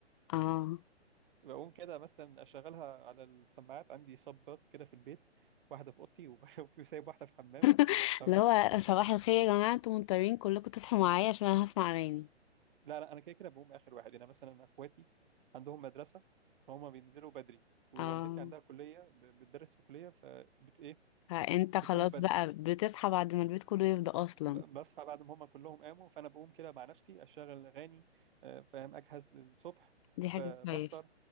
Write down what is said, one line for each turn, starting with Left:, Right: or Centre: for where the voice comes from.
Left: اه
Right: بقوم كده مثلا اشغلها على السماعات عندي صبات كده في البيت واحده في اوضتي وب- <laughs> وفي سايب واحده في الحمام
Left: <laughs>
Right: ف
Left: اللي هو صباح الخير يا جماعة انتوا مضطرين كلكم تصحوا معايا عشان انا هسمع اغاني
Right: لا لا انا كده كده بقوم اخر واحد انا مثلا اخواتي عندهم مدرسه فهم بينزلوا بدري ووالدتي
Left: اه
Right: عندها كليه ب- بتدرس في كليه فبت ايه
Left: فانت
Right: بتقوم
Left: خلاص
Right: بدري
Left: بقى بتصحى بعد ما البيت كله يفضى اصلا
Right: ب- بصحى بعد ما هم كلهم قاموا فانا بقوم كده مع نفسي اشغل اغاني آه، فاهم اجهز للصبح
Left: دي حاجة
Right: ب-
Left: كويسة
Right: بفطر